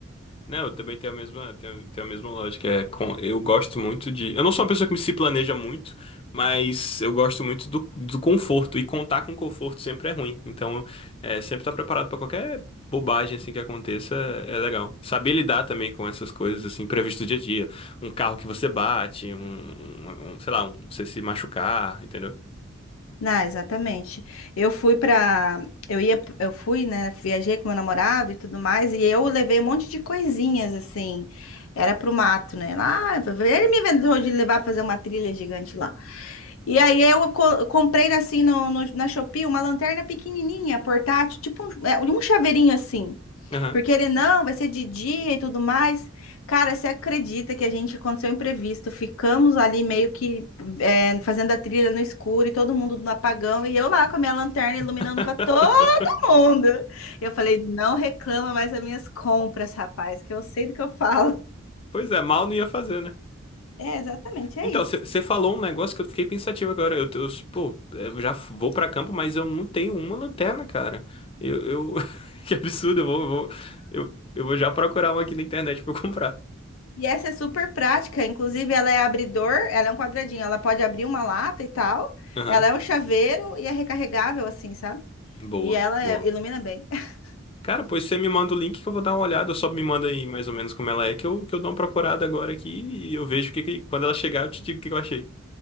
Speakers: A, on the left; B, on the left.
A: Não, eu também tenho a mesma, tenho, tenho a mesma lógica. É com, eu gosto muito de. Eu não sou uma pessoa que se planeja muito, mas eu gosto muito do, do conforto. E contar com conforto sempre é ruim. Então, é, sempre estar preparado para qualquer bobagem assim que aconteça é legal. Saber lidar também com essas coisas assim previstas do dia a dia. Um carro que você bate, um, um- um, sei lá, um, você se machucar, entendeu?
B: Ah, exatamente. Eu fui pra. eu ia, eu fui, né, viajei com meu namorado e tudo mais, e eu levei um monte de coisinhas assim. Era pro mato, né? Lá, ele me inventou de levar pra fazer uma trilha gigante lá. E aí eu co- comprei assim no, no- na Shopee uma lanterna pequenininha, portátil, tipo um, é, um chaveirinho assim.
A: Aham.
B: Porque ele não, vai ser de dia e tudo mais. Cara, você acredita que a gente aconteceu um imprevisto? Ficamos ali meio que é, fazendo a trilha no escuro e todo mundo no apagão e eu lá com a minha lanterna iluminando
A: <laughs>
B: para todo mundo. Eu falei, não reclama mais das minhas compras, rapaz, que eu sei do que eu falo.
A: Pois é, mal não ia fazer, né?
B: É, exatamente, é
A: Então,
B: isso.
A: você falou um negócio que eu fiquei pensativo agora. Eu, eu, pô, eu já vou pra campo, mas eu não tenho uma lanterna, cara. Eu, eu- <laughs> que absurdo, eu vou, eu vou, eu, eu vou já procurar uma aqui na internet pra eu comprar.
B: E essa é super prática, inclusive ela é abridor, ela é um quadradinho, ela pode abrir uma lata e tal.
A: Aham,
B: Ela é um chaveiro e é recarregável assim, sabe?
A: boa,
B: E ela
A: boa.
B: é- ilumina bem. <laughs>
A: Cara, pois você me manda o link que eu vou dar uma olhada. Só me manda aí mais ou menos como ela é, que eu, que eu dou uma procurada agora aqui e eu vejo que, que quando ela chegar eu te digo o que que eu achei.